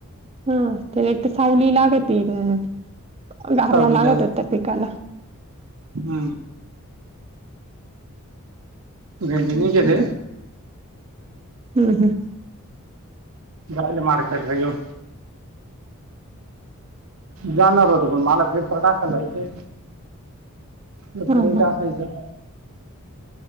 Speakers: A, on the right; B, on the right.
A: हा त्याला एक तर सावली लागती गारवा
B: सावलीला
A: लागतो
B: वगैरे
A: हो त्या पिकाला.
B: हम्म! भेंडी
A: हम्,
B: नाही गेले
A: हम्म हम्म!
B: जाईल मार्केटला घेऊन. जाणार होतो पण मला पेपर टाकायला जायचंय. पेपर
A: हा हा
B: टाकायचं